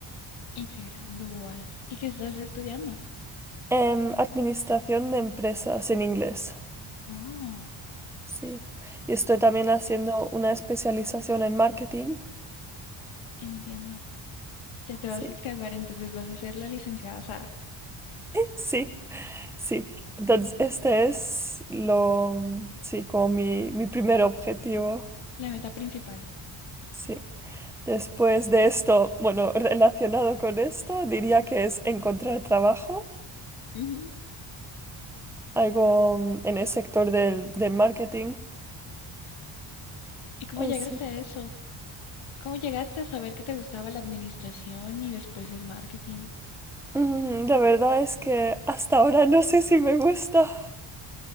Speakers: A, on the left (about 75°); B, in the centre.
A: y te gradúas. ¿Y qué estás estudiando?
B: en Administración de Empresas en inglés,
A: Oh,
B: sí. Y estoy también haciendo una especialización en marketing,
A: entiendo. Ya te
B: sí,
A: vas a graduar, entonces vas a ser la licenciada Sara,
B: sí. Sí, entonces este es lo, mm, sí, como mi, mi primer objetivo,
A: la meta principal.
B: sí. Después de esto, bueno, <laughs> relacionado con esto, diría que es encontrar trabajo,
A: Ujú.
B: algo mm, en el sector del, del marketing.
A: ¿Y cómo
B: Así.
A: llegaste a eso? ¿Cómo llegaste a saber que te gustaba la administración y después el marketing?
B: Mm, La verdad es que hasta ahora no sé si me gusta,